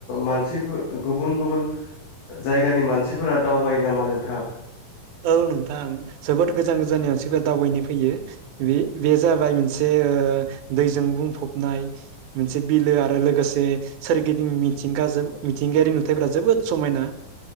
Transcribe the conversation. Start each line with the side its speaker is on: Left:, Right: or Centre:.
Left: मानसिफोर गुबुन गुबुन जायगानि मानसिफोरा दावबायायो नामा नोंथां
Right: औ नोंथां जोबोद गोजान गोजाननि आनसिफोरा दावबायनो फैयो बे बे जाबाय मोनसे दैजों बुंफबनाय मोनसे बिलो आरो लोगोसे सोरगिदिं मिथिंगाजों मिथिंगायारि नुथायफोरा जोबोद समायना